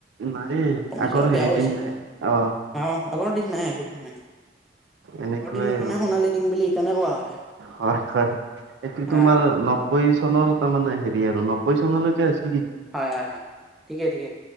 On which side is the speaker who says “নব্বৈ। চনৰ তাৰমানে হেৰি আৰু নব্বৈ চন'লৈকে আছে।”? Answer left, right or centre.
Right